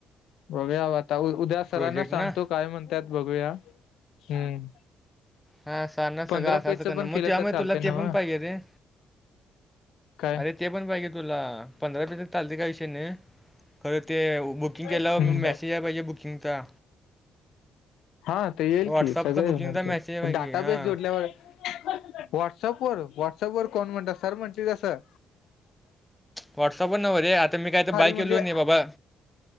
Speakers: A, on the left (about 80°); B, in the centre.
A: बघुयाबा आता उ उद्या सरांना
B: प्रोजेक्ट
A: सांगतो
B: ना
A: काय म्हण त्यात बघूया हम्म.
B: हा सांना सगळं
A: पंधरा
B: असं
A: पेजच
B: असं करण
A: पण केलं
B: म त्यामुळे
A: तर चालते
B: तुला ते
A: नव
B: पण पाहिजे रे.
A: काय
B: अरे ते पण पाहिजे तुला पंधरा पेजेस चालते काय विषय नाय. खरं ते बुकिंग
A: हम्म
B: केल्याव म मेसेज याय पाहिजे बुकिंगचा.
A: हा तो येईल
B: व्हॉट्सअपचा
A: की सगळ
B: बुकिंगचा
A: होणार
B: मेसेज
A: की
B: आहे पाहिजे
A: डाटा
B: हां
A: बेस जोडल्या ओय व्हॉट्सअप वर व्हॉट्सअप वर कोण म्हणत सर म्हणतलीत असं?
B: व्हॉट्सअपवर नव रे आता मी काय तर बाय
A: म्हणजे
B: केलो नाही बाबा.